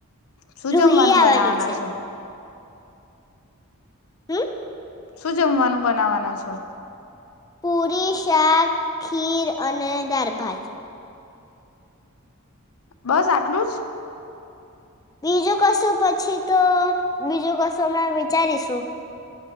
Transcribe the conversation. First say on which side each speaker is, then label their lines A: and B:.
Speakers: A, on the left; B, on the left.
A: શું
B: રૂહી
A: જમવાનું
B: આવવાની
A: બનાવાના
B: છે
A: છો?
B: હમ્મ.
A: શું જમવાનું બનાવાના છો?
B: પૂરી શાક ખીર અને દાળ ભાત.
A: બસ આટલું જ.
B: બીજું કશું પછી તો બીજું કશું હમણાં વિચારીશું.